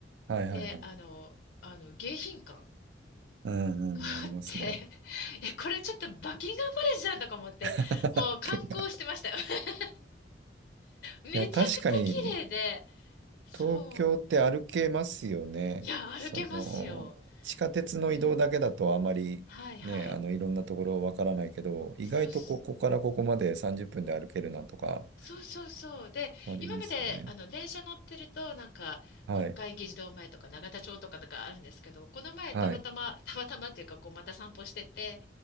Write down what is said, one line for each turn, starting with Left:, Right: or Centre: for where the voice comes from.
Right: はいはいはい。
Left: で、あの、あの、迎賓館が
Right: うんうん、
Left: あって、
Right: ありますね。
Left: <laughs> え、これちょっとバッキンガムパレスじゃんとか思って、
Right: <laughs>
Left: もう観光してましたよ。
Right: 剣が。
Left: <laughs> めちゃくちゃ綺麗で、
Right: いや、確かに、
Left: そう。
Right: 東京って歩けますよね。
Left: いや、歩けますよ。
Right: その、地下鉄の移動だけだとあまりね、
Left: うん。はいはい。
Right: あの、いろんなところわからないけど、
Left: そうす、
Right: 意外とここからここまで30分で歩けるなとか、
Left: そうそうそう。で、
Right: ありますよね。
Left: 今まであの電車乗ってると、なんか国会議事堂前とか永田町とかとかあるんですけど、
Right: はい。
Left: この前たまたま、
Right: はい。
Left: たまたまっていうか、こうまた散歩してて、